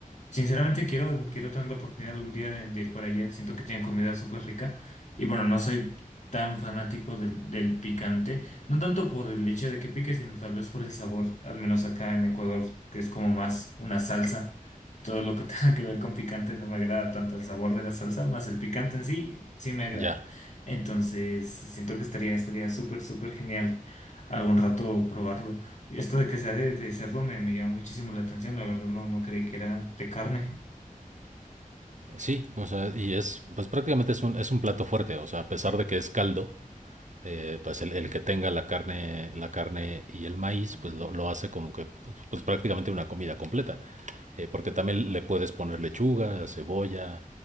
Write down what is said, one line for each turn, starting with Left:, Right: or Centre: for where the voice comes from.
Left: sinceramente quiero, quiero tener la oportunidad algún día de, de ir para allá. Siento que tienen comida súper rica y bueno, no soy tan fanático del, del picante, no tanto por el hecho de que pique, sino tal vez por el sabor, al menos acá en Ecuador, que es como más una salsa. Todo lo que <laughs> tenga que ver con picante no me agrada tanto el sabor de la salsa, más el picante en sí, sí me agrada.
Right: Ya,
Left: Entonces, siento que estaría, estaría súper, súper genial algún rato probarlo. Esto de que sea de, de cerdo me, me llama muchísimo la atención, la verdad no, no creí que era de carne.
Right: Sí, o sea, y es, pues prácticamente es un, es un plato fuerte, o sea, a pesar de que es caldo, eh, pues el, el que tenga la carne, la carne y el maíz, pues lo, lo hace como que, pues prácticamente una comida completa, Eh, porque también le puedes poner lechuga, cebolla,